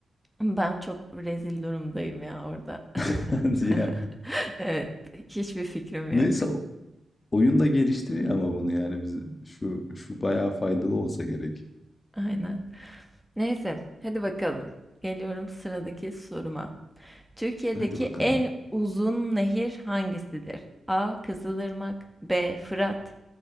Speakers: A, in the centre; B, on the left.
A: Ben çok rezil durumdayım ya orada. <laughs>
B: <laughs> Diye.
A: Evet, hiçbir fikrim yok.
B: Neyse o- oyun da geliştiriyor ama bunu yani biz şu şu bayağı faydalı olsa gerek.
A: Aynen. Neyse, hadi bakalım. Geliyorum sıradaki soruma. Türkiye'deki
B: Hadi bakalım.
A: en uzun nehir hangisidir? A. Kızılırmak B. Fırat